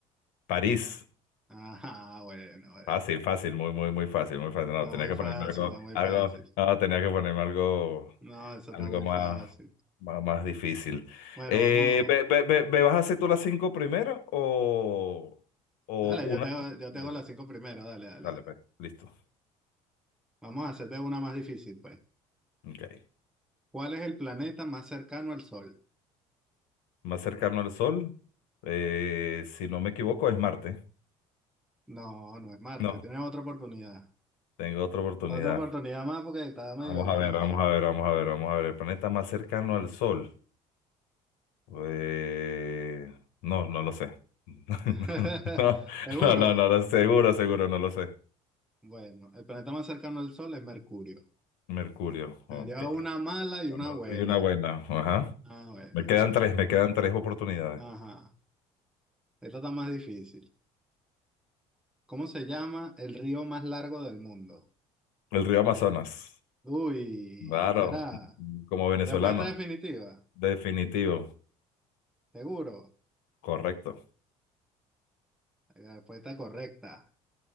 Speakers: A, on the left; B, in the centre.
A: París.
B: Ajá, bueno, bueno.
A: Fácil, fácil, muy, muy, muy fácil, muy fácil. No,
B: Está
A: tenía
B: muy
A: que
B: fácil,
A: ponerme algo,
B: está muy
A: algo,
B: fácil.
A: no, tenía que ponerme algo
B: No, eso
A: Algo
B: está muy
A: más,
B: fácil.
A: más, más difícil.
B: Bueno,
A: Eh,
B: vamos.
A: ve- ve- ve- ve- vas a hacer tú las cinco primero o, o
B: Dale,
A: una
B: yo te, hago-
A: tú
B: yo
A: y
B: te
A: una
B: hago
A: yo?
B: las cinco primero. Dale, dale,
A: Dale,
B: dale.
A: pues, listo.
B: Vamos a hacerte una más difícil, pues.
A: Ok.
B: ¿Cuál es el planeta más cercano al Sol?
A: Más cercano al Sol, eh, si no me equivoco, es Marte.
B: No, no es Marte.
A: No,
B: Tienes otra oportunidad.
A: tengo otra oportunidad.
B: Otra oportunidad más porque está medio
A: Vamos
B: difícil.
A: a ver, vamos a ver, vamos a ver, vamos a ver. El planeta más cercano al Sol. Eh, no, no lo sé. <laughs>
B: <laughs>
A: No,
B: ¿Seguro?
A: no, no, no, no, seguro, seguro, no lo sé.
B: Bueno, el planeta más cercano al Sol es Mercurio.
A: Mercurio,
B: Me
A: ok.
B: lleva una mala y
A: Bueno,
B: una buena.
A: y una buena, ajá.
B: Ah, bueno.
A: Me quedan tres, me quedan tres oportunidades.
B: Ajá. Esta está más difícil. ¿Cómo se llama el río más largo del mundo?
A: El río Amazonas,
B: Uy,
A: claro,
B: será.
A: como venezolano,
B: Respuesta definitiva,
A: definitivo,
B: seguro.
A: correcto.
B: La respuesta correcta.